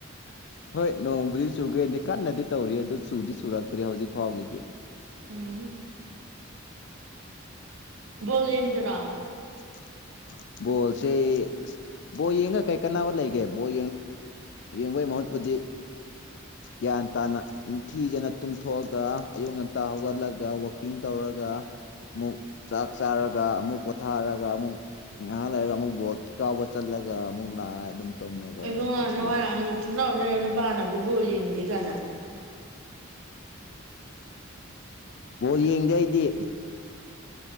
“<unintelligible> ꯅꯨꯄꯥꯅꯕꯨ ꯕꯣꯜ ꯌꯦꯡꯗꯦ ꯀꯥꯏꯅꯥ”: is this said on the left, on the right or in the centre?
Right